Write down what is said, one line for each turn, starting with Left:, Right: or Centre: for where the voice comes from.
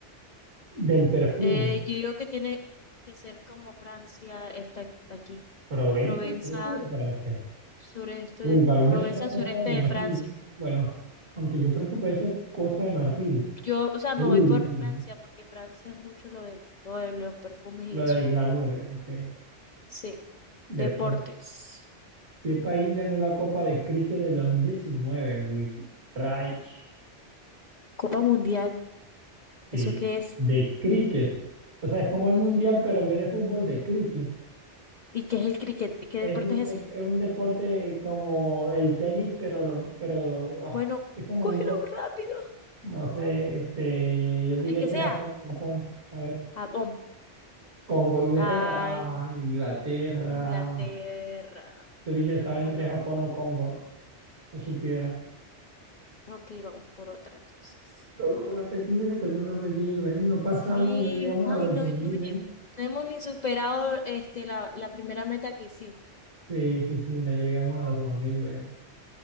Right: del perfume.
Left: Eh, yo digo que tiene que ser como Francia está aquí.
Right: ¿Provenza?
Left: Provenza,
Right: ¿Pero esto es de Francia?
Left: sureste
Right: Uy,
Left: de,
Right: para mí
Left: Provenza,
Right: me suena Costa
Left: sureste
Right: de Marfil.
Left: de Francia.
Right: ¿eh? Bueno, aunque yo creo que puede ser Costa de Marfil.
Left: Yo, o sea,
Right: Uy,
Left: me voy por
Right: bien.
Left: Francia
Right: ¿no?
Left: porque Francia es mucho lo de, lo de los perfumes y
Right: Lo
Left: eso.
Right: del glamour. eh, ok.
Left: Sí,
Right: Deporte.
Left: deportes.
Right: ¿Qué país ganó la Copa de Cricket del 2019 Wiki. Rayos.
Left: Copa Mundial,
Right: Sí,
Left: ¿eso qué es?
Right: de cricket. O sea, es como el mundial, pero en vez de fútbol, de cricket.
Left: ¿Y qué es el cricket? ¿Qué
Right: Es
Left: deporte
Right: un,
Left: es
Right: de-
Left: ese?
Right: es un deporte como el tenis, pero, lo, pero ah,
Left: Bueno,
Right: es como
Left: cógelo
Right: un golf.
Left: rápido.
Right: No sé,
Left: Juan.
Right: este, yo diría
Left: El que
Right: que es
Left: sea.
Right: Japón, Japón. A ver,
Left: Japón.
Right: Congo, Inglaterra.
Left: Ay,
Right: Ah, Inglaterra.
Left: Inglaterra.
Right: Yo dije estaba
Left: Bueno,
Right: entre Japón o Congo, no supiera.
Left: ok, vamos por otra entonces.
Right: Tocó repetir, tocó repetir, ven, no pasamos,
Left: Sí,
Right: no llegamos
Left: ay,
Right: a los
Left: no,
Right: 2000,
Left: no, lle-
Right: ¿eh?
Left: no hemos ni superado este, la, la primera meta que sí.
Right: Sí, sí, sí, no llegamos a los 2000, ven.